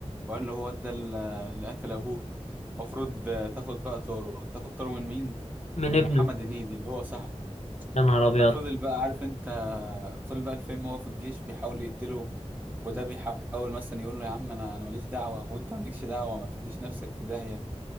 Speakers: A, on the right; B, on the left.
A: وقال له هو ده اللي قتل ابوك المفروض تاخد بقى طاره تاخد طاره من مين
B: من
A: من
B: ابنه
A: محمد هنيدي اللي هو صاحبه
B: يا نهار ابيض
A: ففضل بقى عارف انت فضل بقى الفيلم هو في الجيش بيحاول يقتله وده بيحاول مثلا يقول له يا عم انا انا ماليش دعوة وانت مالكش دعوة ما تديش نفسك في داهية